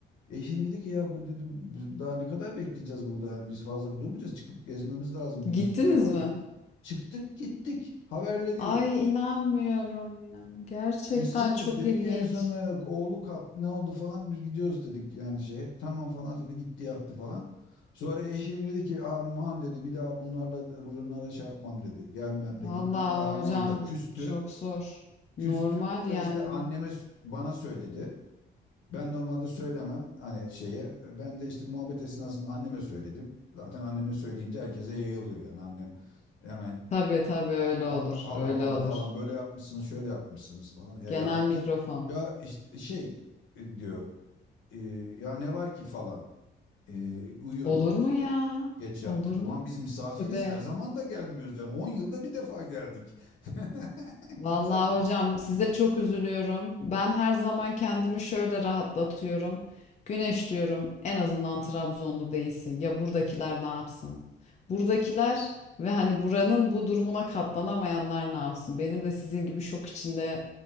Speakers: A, on the left; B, on the left.
A: Eşim dedi ki ya bu dedim biz daha ne kadar bekleyeceğiz burada yani biz fazla durmayacağız çıkıp gezmemiz lazım bir
B: Gittiniz
A: iki yere falan
B: mi?
A: gitme. Çıktık gittik haberleri
B: Ay
A: yok.
B: inanmıyorum ya. Gerçekten
A: Biz çıktık
B: çok
A: dedik
B: ilginç.
A: en son yani oğlu kalktı ne oldu falan biz gidiyoruz dedik yani şey tamam falan dedi gitti yattı falan. Sonra eşim dedi ki aman dedi bir daha bunlarla bunlara şey yapmam dedi. Gelmem de
B: Vallahi
A: gitmem de aramam
B: hocam
A: da küstü.
B: çok zor.
A: Küstü
B: Normal
A: bunu
B: yani.
A: da işte anneme s- bana söyledi. Ben normalde söylemem hani şeye. Ben de işte muhabbet esnasında anneme söyledim. Zaten anneme söyleyince herkese yayılıyor yani annem hemen
B: Tabii tabii öyle
A: ha-
B: olur.
A: hala
B: Öyle
A: mala
B: olur.
A: falan böyle yapmışsınız şöyle yapmışsınız falan ya
B: Genel
A: yaptı
B: mikrofon.
A: ya işte şey e, diyor e, ya ne var ki falan E, uyuyorduk
B: Olur mu
A: işte
B: ya?
A: geç yattık
B: Olur mu?
A: ulan biz misafiriz
B: Tövbe.
A: her zaman da gelmiyoruz yani 10 yılda bir defa geldik <laughs>
B: Vallahi
A: insan
B: hocam size çok üzülüyorum. Ben her zaman kendimi şöyle rahatlatıyorum. Güneş diyorum en azından Trabzonlu değilsin. Ya buradakiler ne yapsın? Buradakiler ve hani buranın bu durumuna katlanamayanlar ne yapsın? Benim de sizin gibi şok içinde